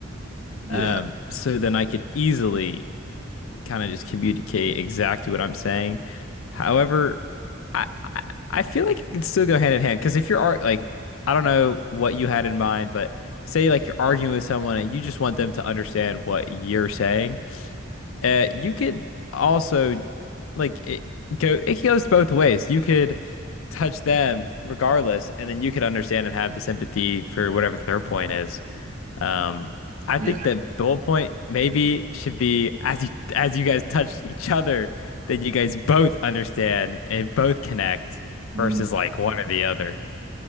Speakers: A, on the right; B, on the left.
A: Yeah.
B: um, so then I could easily kind of just communicate exactly what I'm saying. However, I I I feel like it could still go hand in hand because if you're ar- like I don't know what you had in mind, but say like you're arguing with someone and you just want them to understand what you're saying, uh, you could also like it go it goes both ways. You could touch them regardless, and then you could understand and have the sympathy for whatever their point is. Um, I
A: Yeah.
B: think that bullet point maybe should be as you as you guys touch each other, then you guys both understand and both connect
A: Mm.
B: versus like one or the other.